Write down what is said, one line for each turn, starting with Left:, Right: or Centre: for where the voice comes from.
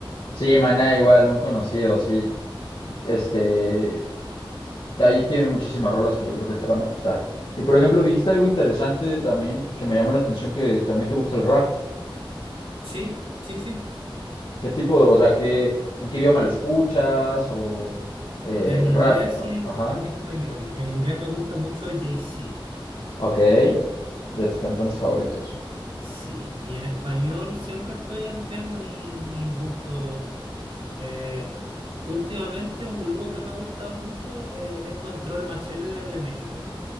Left: Sí, Maná igual, muy conocido, sí. Este, De ahí tienen muchísimas rolas que yo creo que te van a gustar. Y por ejemplo, dijiste algo interesante también que me llama la atención, que también te gusta el rap.
Right: Sí, sí, sí.
Left: ¿Qué tipo de, o sea, qué, en qué idioma lo escuchas? O eh,
Right: En inglés
Left: rap,
Right: y en,
Left: ajá,
Right: en español. En inglés me gusta mucho Jay-Z.
Left: ok, de tus cantantes favoritos.
Right: Sí, y en español siempre estoy ampliando mi- mis gustos. Eh, últimamente un grupo que me ha gustado mucho eh, es Control Machete de, de México.